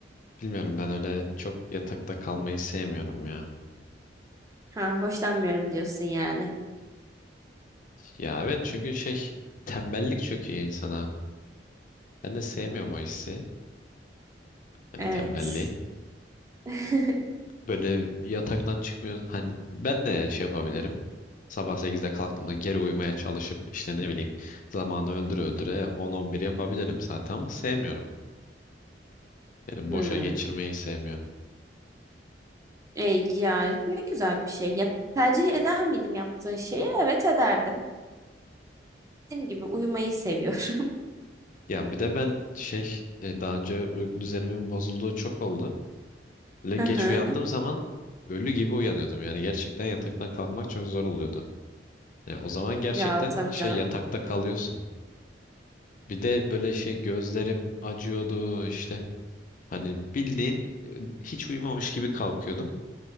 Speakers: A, on the left (about 45°); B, on the right (about 20°).
A: Bilmiyorum ben öyle çok yatakta kalmayı sevmiyorum ya.
B: Ha, hoşlanmıyorum diyorsun yani.
A: Ya evet çünkü şey tembellik çöküyor insana. Ben de sevmiyorum o hissi. Hani
B: Evet.
A: tembelliği.
B: <laughs>
A: Böyle yataktan çıkmıyor. Hani ben de şey yapabilirim. Sabah 8'de kalktığımda geri uyumaya çalışıp işte ne bileyim zamanı öldüre öldüre on on bir yapabilirim zaten ama sevmiyorum. Yani
B: Hmm.
A: boşa geçirmeyi sevmiyorum.
B: E, ya ne güzel bir şey. Ya, tercih eder miydim yaptığın şeyi? Evet ederdim. Dediğim gibi uyumayı seviyorum.
A: Ya bir de ben şey e, daha önce uyku düzenimin bozulduğu çok oldu. Böyle
B: <laughs> Hı
A: geç
B: hı.
A: uyandığım zaman ölü gibi uyanıyordum. Yani gerçekten yataktan kalkmak çok zor oluyordu. Ya o zaman gerçekten
B: Ya tabii
A: şey
B: canım.
A: yatakta kalıyorsun. Bir de böyle şey gözlerim acıyordu işte. Hani bildiğin hiç uyumamış gibi kalkıyordum.